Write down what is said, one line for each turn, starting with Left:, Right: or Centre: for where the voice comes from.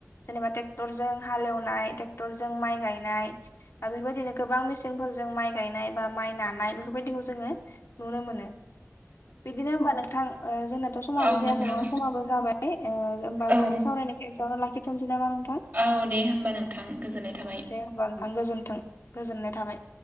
Left: जेनेबा ट्रेक्ट्रजों हालेवनाय नाय टेक्टरजों माइ गायनाय आरो बेबायदिनो गोबां मेसिंफोरजों माइ गायनाय बा माइ नान नाय बेफोरबायदिखौ जोङो नुनो मोनो। बिदिनो होमबा नोंथां ओ जोंनाथ' समाबो
Right: औ
Left: जायाखै
Right: नोंथां
Left: नङा समाबो जाबाय ओ होमबा
Right: औ
Left: जोंनि सावरायनायखो एसेयावनो लाखिथ'नोसै नामा नोंथां?
Right: औ दे होमबा नोंथां गोजोननाय थाबाय।
Left: दे होमबा गोजोन्थों नोंथां गोजोननाय थाबाय।